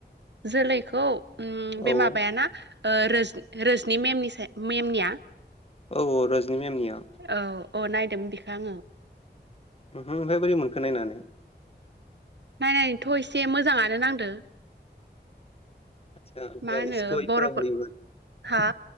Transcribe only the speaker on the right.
जोलैखौ बे
माबाय ना रोजनि मेमनि मेमनिया
औ औ नायदोंमोन बिखो आङो
नायनानैथ एसे मोजाङानो नांदों
मा होनो
बलखौ
हा